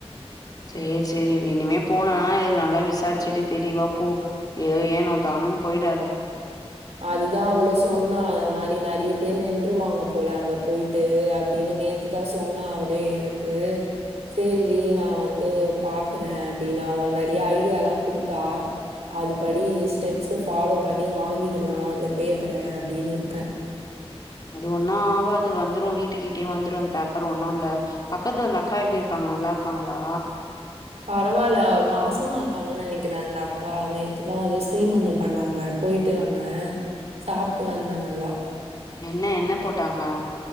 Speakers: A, on the left; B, on the right.
A: சேர் சேரி இனிமே போனனா எது நல்லா விசாரி சுட்டு தெளிவா போ ஏதோ ஏனோ தானோனு போயிடாத
B: அதுதா அவளோ சொன்னா அந்த மாரி நெறைய பேர் நின்றுவாங்க போல அங்க போயிட் ட்டு அப்படினு நேத்துதா சொன்னா அவளே எனக்கு சேரி டி நா வந்து பாக்குற அப்டினு அவா நெறைய ஐடியால்லா குடுத்தா அதுபடி ஸ்டெப்ஸ் ஃபாலோ பண்ணி வாங்கிடலா அந்த பேப்பர அப்டினு இருக்க
A: அது ஒன்னு ஆவாது வந்துரு வீட்டுக்கிட்டயே வந்துரு அந்த பேப்பர் ஒண்ணு இல்ல பக்கத்துல அந்த அக்கா எப்டி இருக்காங்க நல்லா இருக்காங்களா
B: பரவால்ல மாசமா இருக்காங்கன் நெனைக்கிறே அந்த அக்கா நேத்துதா அது சீமந்த பண்ணாங்க போயிட்டு வந்த சாப்ட்டு வந்த நல்லா
A: என்ன என்ன போட்டாங்க